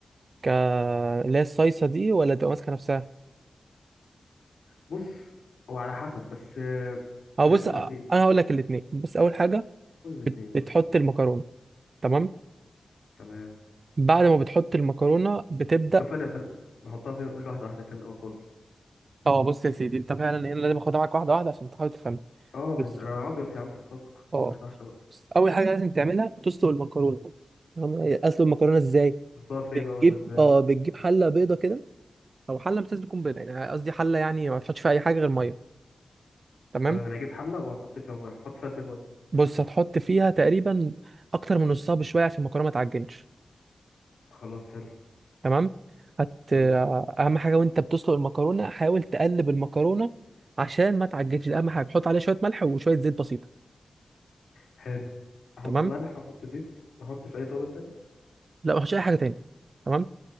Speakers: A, on the right; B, on the left.
A: ك اللي هي الصيصه دي ولا تبقى ماسكه نفسها
B: بص هو على حسب بس آه،
A: اه
B: بحب
A: بص
B: الاثنين
A: انا
B: شوف
A: هقول لك الاثنين بص اول حاجه
B: كل الاثنين
A: بت- بتحط
B: اه
A: المكرونه تمام
B: تمام
A: بعد ما بتحط المكرونه بتبدا
B: طب ثانيه ثانيه بحطها فين قول لي واحده واحده كده من الاول خالص
A: اه بص يا سيدي انت فعلا إيه، انا لازم اخدها معاك واحده واحده عشان تحاول تفهم
B: اه من
A: بس
B: انا ابيض يا عم في الطبخ
A: اه
B: يعني واحده واحده بقى
A: بص اول حاجه لازم تعملها تسلق المكرونه تمام هي اسلق المكرونه ازاي
B: احطها في
A: بتجيب
B: ايه بقى ولا ازاي
A: اه بتجيب حله بيضه كده او حله مش لازم تكون بيضه يعني قصدي حله يعني ما تحطش فيها اي حاجه غير ميه تمام
B: تمام انا اجيب حله واحط فيها ميه احط فيها قد إيه ميه
A: بص هتحط فيها تقريبا اكتر من نصها بشويه عشان المكرونه ما تعجنش
B: خلاص حلو
A: تمام هت
B: كمل
A: اهم حاجه وانت بتسلق المكرونه حاول تقلب المكرونه عشان ما تعجنش ده اهم حاجه حط عليها شويه ملح وشويه زيت بسيطه
B: حلو احط
A: تمام
B: ملح واحط زيت ما احطش اي توابل تانية
A: لا ما تحطش اي حاجه تاني تمام